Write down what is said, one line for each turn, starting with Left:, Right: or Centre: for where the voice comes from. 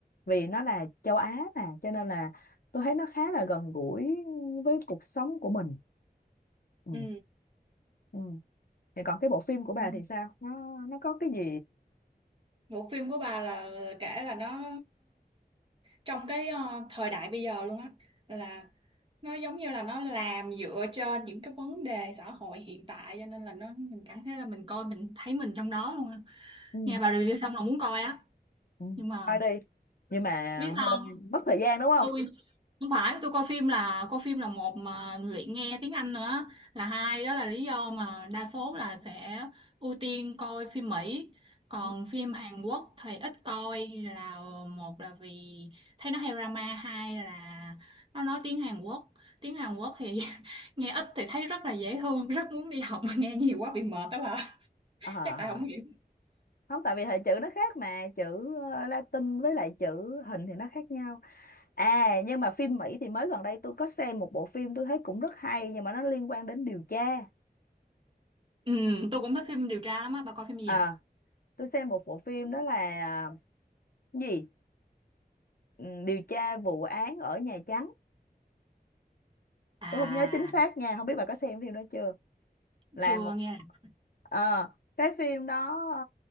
Left: vì nó là châu Á mà cho nên là tôi thấy nó khá là gần gũi với cuộc sống của mình ừ.
Right: Ừ.
Left: Ừ. Thì còn cái bộ phim của bà
Right: Ừ.
Left: thì sao? Nó nó có cái gì
Right: Bộ phim của bà là, là kể là nó trong cái ờ, thời đại bây giờ luôn á là nó giống như là nó làm dựa trên những cái vấn đề xã hội hiện tại cho nên là nó mình cảm thấy là mình coi mình thấy mình trong đó luôn á.
Left: ừ.
Right: Nghe bà review xong là muốn coi á
Left: Ừ.
Right: nhưng mà
Left: coi đi nhưng mà
Right: biết sao
Left: hơi
Right: không?
Left: mất thời gian đúng không?
Right: tôi không phải tôi coi phim là coi phim là một mà luyện nghe tiếng Anh nữa là hai đó là lý do mà đa số là sẽ ưu tiên coi phim Mỹ còn
Left: Ừ.
Right: phim Hàn Quốc thì ít coi là một là vì thấy nó hay drama hai là nó nói tiếng Hàn Quốc tiếng Hàn Quốc thì <laughs> nghe ít thì thấy rất là dễ thương rất muốn đi học mà nghe nhiều quá bị mệt đó bà <laughs>
Left: À. à,
Right: chắc tại không
Left: à.
Right: hiểu
Left: không tại vì hệ chữ nó khác mà chữ ờ, Latin với lại chữ hình thì nó khác nhau à nhưng mà phim Mỹ thì mới gần đây tôi có xem một bộ phim tôi thấy cũng rất hay nhưng mà nó liên quan đến điều tra
Right: ừ, tôi cũng thích phim điều tra lắm á bà coi phim gì
Left: à
Right: vậy
Left: tôi xem một bộ phim đó là à, cái gì Ừ, điều tra vụ án ở Nhà Trắng
Right: à
Left: tôi không nhớ chính xác nha không biết bà có xem phim đó chưa là
Right: chưa
Left: một
Right: nghe là
Left: ờ, cái phim đó ờ,